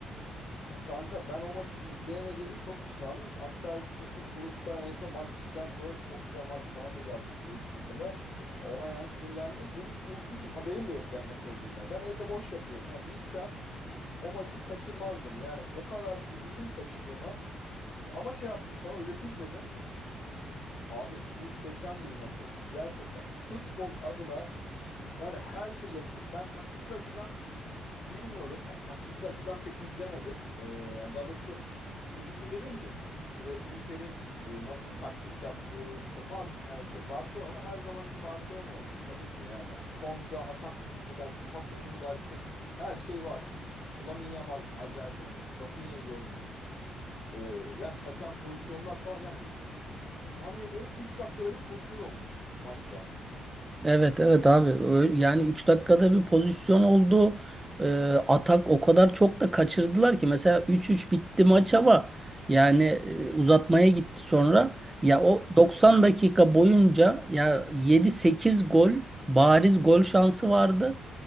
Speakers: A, on the left (about 60°); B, on the right (about 15°).
A: Aa, Kanka ben o maçı izleyemediğimi çok pişmanım. Hatta işte <laughs> grupta en son maç bittikten sonra çok güzel maçtı falan diye yazmış Beyiç mesela. Ona yani sinirlendim. Benim çok unutmuşum haberim de yok yani maç olduğundan. Ben evde boş yapıyordum. Yani bilsem o maçı kaçırmazdım. Yani o kadar üzüldüm kaçırdığıma. Ama şey yaptım sonra özeti izledim. Abi muhteşem bir maç olmuş. Gerçekten futbol adına yani her şey yapılmış. Ben taktiksel açıdan Bilmiyorum. Hani taktiksel açıdan pek izlemedim. Ee, yani daha doğrusu özetini izlediğim için işte Inter'in e, nasıl bir taktik yaptığı işte Madrid yani şey Barcelona her zamanki Barcelona'ydı tabii ki. Yani kontra atak mı dersin, pas oyunu mu dersin? Her şey var. İşte Lamine Yamal acayip oynamış. Rafinha iyi oynamış. Ee, yani kaçan pozisyonlar falan yani tahmin ediyorum 3 dakikada bir pozisyon olmuş maçta.
B: Evet evet abi Ö- yani 3 dakikada bir pozisyon oldu. Ee, atak o kadar çok da kaçırdılar ki mesela üç üç bitti maç ama yani e, uzatmaya gitti sonra.
A: Hı.
B: Ya o 90 dakika boyunca ya yedi sekiz gol bariz gol şansı vardı.